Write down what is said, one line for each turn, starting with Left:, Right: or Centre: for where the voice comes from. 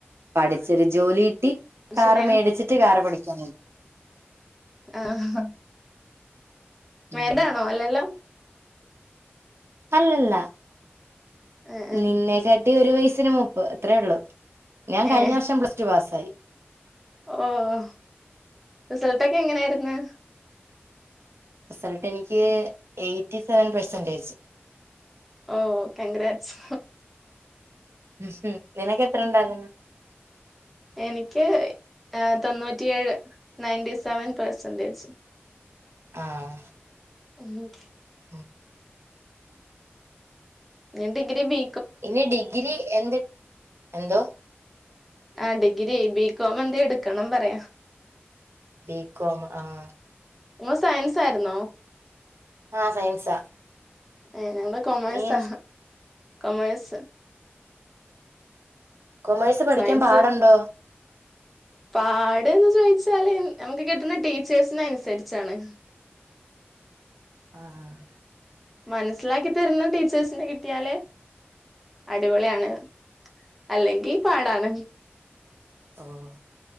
Right: പഠിച്ചൊരു ജോലിയിട്ടി കാറ്
Centre: ശരിയാണ്
Right: മേടിച്ചിട്ട് കാറ് പഠിക്കാ നി.
Centre: ആഹ മോലോആണോ
Right: ഉം
Centre: അല്ലല്ലോ.
Right: അല്ലല്ല
Centre: ഏ
Right: നിന്നെക്കാട്ടി ഒരു വയസിന് മുപ്പ് അത്രയേ ഉള്ളൂ. ഞാൻ
Centre: ഏ
Right: കഴിഞ്ഞ വർഷം പ്ലസ്ടു പാസ്സായി.
Centre: ഓഹ് റിസൾട്ടൊക്കെ എങ്ങനെയായിരുന്നു.
Right: റിസൾട്ട് എനിക്ക് എയ്റ്റി സെവൻ പെഴ്സന്റേജ്.
Centre: ഓ കംങ്ക്രാറ്റ്സ്.
Right: ഉം ഹും നിനക്ക് എത്ര ഉണ്ടായിരുന്നു.
Centre: എനിക്ക് തൊണ്ണൂറ്റിയേഴ് നയന്റീ സെവൻ പെഴ്സെന്റേജ്.
Right: ആഹ്.
Centre: ഉം.
Right: <inaudible>
Centre: ഞൻ ഡിഗ്രി ബി
Right: ഇനി ഡിഗ്രി എന്ത് എന്തോ.
Centre: ആ ഡിഗ്രി ബികോം എന്തേ എടുക്കണം പറയാ.
Right: ബികോം ആഹ.
Centre: മോൻ സയൻസ് ആയിരുന്നോ.
Right: ആഹ സയൻസാ.
Centre: ഏ ഞങ്ങള് കൊമേഴ്സാ
Right: നീയോ
Centre: കൊമേഴ്സ്.
Right: കൊമേഴ്സ് പഠിക്കാൻ
Centre: സയൻസ്
Right: പാട്ണ്ടോ.
Centre: പാട്ന്ന് ചോദിച്ചാല് നമുക്ക് കിട്ടുന്ന ടീച്ചേഴസിന അനുസരിച്ചാണ്.
Right: ആഹ് ആഹ്
Centre: മനസ്സിലാക്കി തരുന്ന ടീച്ചേഴ്സിന് കിട്ടിയാല് അടിപൊളിയാണ്. അല്ലെങ്കി പാടാണ്.
Right: ഓഹ്